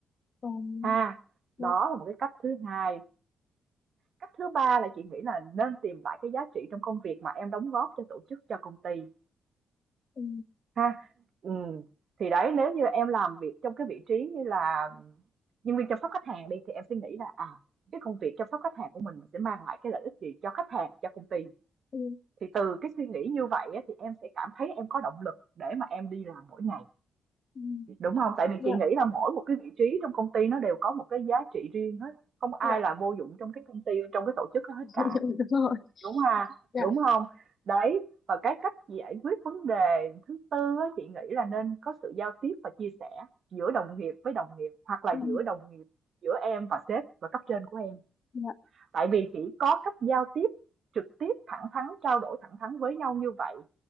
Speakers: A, on the left; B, on the right.
A: còn
B: ha.
A: dạ
B: Đó là một cái cách thứ hai. Cách thứ ba là chị nghĩ là nên tìm lại cái giá trị trong công việc mà em đóng góp cho tổ chức, cho công ty.
A: ừ,
B: Ha, ừm, thì đấy, nếu như em làm việc trong cái vị trí như là nhân viên chăm sóc khách hàng đi, thì em sẽ nghĩ là, à, cái công việc chăm sóc khách hàng của mình sẽ mang lại cái lợi ích gì cho khách hàng, cho công ty.
A: ừ,
B: Thì từ cái suy nghĩ như vậy á, thì em sẽ cảm thấy em có động lực để mà em đi làm mỗi ngày,
A: ừ,
B: đúng không Tại vì
A: dạ
B: chị nghĩ là mỗi một cái vị trí trong công ty nó đều có một cái giá trị riêng hết, không ai
A: dạ
B: là vô dụng trong cái công ty, trong cái tổ chức đó hết
A: <laughs>
B: cả.
A: đúng rồi
B: Đúng ha,
A: dạ
B: đúng không Đấy, và cái cách giải quyết vấn đề thứ tư á, chị nghĩ là nên có sự giao tiếp và chia sẻ giữa đồng nghiệp với đồng nghiệp, hoặc là
A: ừ,
B: giữa đồng nghiệp giữa em và sếp và cấp trên của em.
A: dạ
B: Tại vì chỉ có cách giao tiếp trực tiếp, thẳng thắn, trao đổi thẳng thắn với nhau như vậy